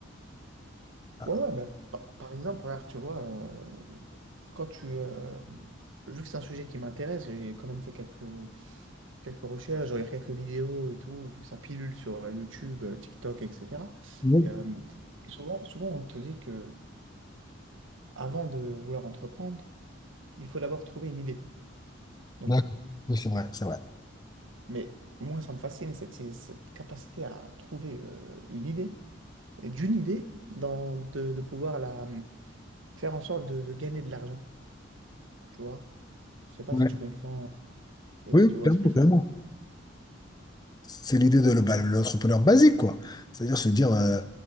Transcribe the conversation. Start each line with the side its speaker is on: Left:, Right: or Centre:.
Left: Ah,
Right: Ouais, ouais, mais par, par exemple, regarde, tu vois, euh, quand tu, euh, vu que c'est un sujet qui m'intéresse, j'ai quand même fait quelques quelques recherches, j'aurais quelques vidéos et tout, ça pilule sur euh, YouTube, euh, TikTok, etc.
Left: Oui,
Right: Et, euh, et souvent, souvent, on te dit que avant de vouloir entreprendre, il faut d'abord trouver une idée. Donc,
Left: d'accord. Oui, c'est vrai, c'est vrai.
Right: mais moi, ça me fascine, cette, cette capacité à trouver euh, une idée, et d'une idée, dans, de, de pouvoir la, euh, faire en sorte de, de gagner de l'argent, tu vois. Je sais pas
Left: Ouais.
Right: si tu comprends et
Left: Oui, oui,
Right: tu vois
Left: clairement,
Right: ce que je
Left: clairement. C'est l'idée de le- bah, l'entrepreneur basique, quoi. C'est-à-dire se dire, euh,